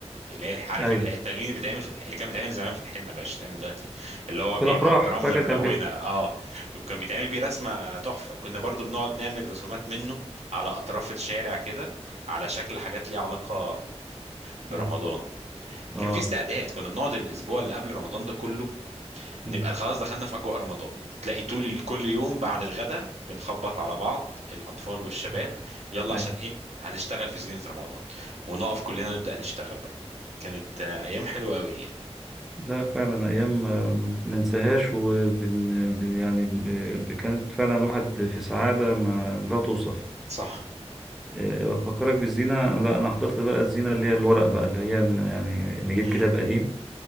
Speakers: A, on the right; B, in the centre.
A: اللي هي الح- عارف
B: أيوة.
A: ال- التلوين اللي بيتعمل في الح... اللي كان بيتعمل زمان في الحنه بقاش بيتعمل دلوقتي اللي هو
B: في
A: بيبقى
B: الأفراح
A: برمله
B: فاكر
A: ملونه
B: كان في
A: اه وكان بيتعمل بيه رسمه تحفه كنا برضو بنقعد نعمل رسومات منه على اطراف الشارع كده على شكل حاجات ليها علاقة برمضان
B: مم. آه
A: كان في استعداد كنا بنقعد الأسبوع اللي قبل رمضان ده كله
B: مم.
A: نبقى خلاص دخلنا في أجواء رمضان تلاقي طول كل يوم بعد الغداء بنخبط على بعض الأطفال والشباب
B: مم.
A: يلا
B: أيوة
A: عشان إيه هنشتغل في زينة رمضان ونقف كلنا نبدأ نشتغل بقى كانت آه، أيام حلوة أوي يعني
B: لا فعلا أيام ما بننساهاش وبن ب- يعني بن- ب- كانت فعلا الواحد في سعادة ما لا توصف
A: صح
B: آه، أفكرك بالزينة لا أنا حضرت بقى الزينة اللي هي الورق بقى اللي هي ن- يعني نجيب
A: مم.
B: كتاب قديم